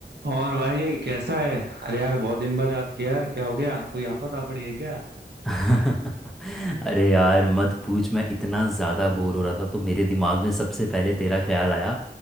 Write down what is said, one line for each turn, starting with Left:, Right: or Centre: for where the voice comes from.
Right: और भाई कैसा है अरे यार बहुत दिन बाद याद किया यार क्या हो गया कोई आफत आ पड़ी है क्या
Centre: <laughs> अरे यार मत पूछ मैं इतना ज़्यादा बोर हो रहा था तो मेरे दिमाग में सबसे पहले तेरा ख्याल आया